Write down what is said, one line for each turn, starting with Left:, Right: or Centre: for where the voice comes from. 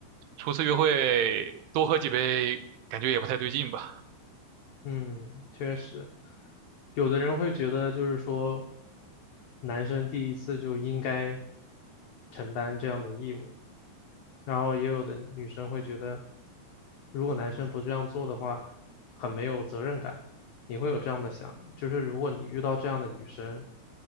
Right: 初次约会多喝几杯感觉也不太对劲吧，
Left: 嗯，确实，有的人会觉得就是说，男生第一次就应该承担这样的义务，然后也有的女生会觉得，如果男生不这样做的话，很没有责任感。你会有这样的想，就是如果你遇到这样的女生，